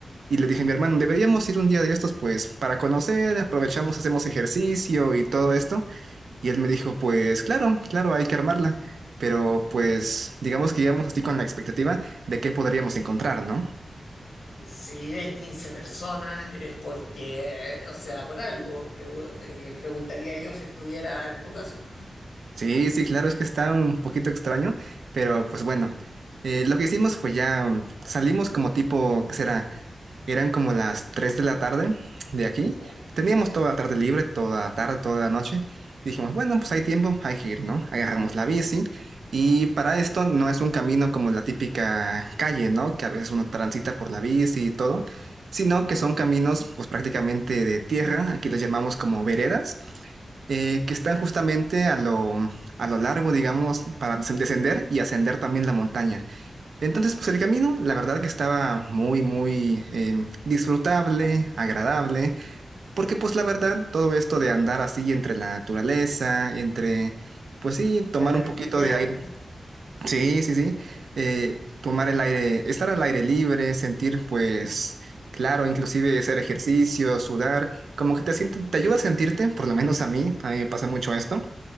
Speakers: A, on the right; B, on the left.
A: Y le dije a mi hermano, deberíamos ir un día de estos, pues, para conocer, aprovechamos, hacemos ejercicio y todo esto. Y él me dijo, pues claro, claro, hay que armarla, pero pues digamos que íbamos así con la expectativa de qué podríamos encontrar, ¿no?
B: Si viven 15 personas es porque, o sea, por algo, pregu- eh, preguntaría yo si estuviera en tu caso.
A: Sí, sí, claro, es que está un poquito extraño, pero pues bueno, Eh, lo que hicimos fue ya mm, salimos como tipo, ¿qué será? Eran como las 3 de la tarde de aquí.
B: Ya.
A: Teníamos toda la tarde libre, toda la tarde, toda la noche. Dijimos, bueno, pues hay tiempo, hay que ir, ¿no? Agarramos la bici. Y para esto no es un camino como la típica calle, ¿no? Que a veces uno transita por la bici y todo, sino
B: Ujú.
A: que son caminos pues prácticamente de tierra, aquí los llamamos como veredas, eh, que están justamente a lo, a lo largo, digamos, para descender y ascender también la montaña. Entonces, pues el camino, la verdad que estaba muy, muy eh, disfrutable, agradable, porque pues la verdad, todo esto de andar así entre la naturaleza, entre, pues sí, tomar
B: La tranquilidad.
A: un poquito de aire, sí, sí, sí, eh, tomar el aire, estar al aire libre, sentir pues, claro, inclusive hacer ejercicio, sudar, como que te siente, te ayuda a sentirte, por lo menos a mí, a mí me pasa mucho esto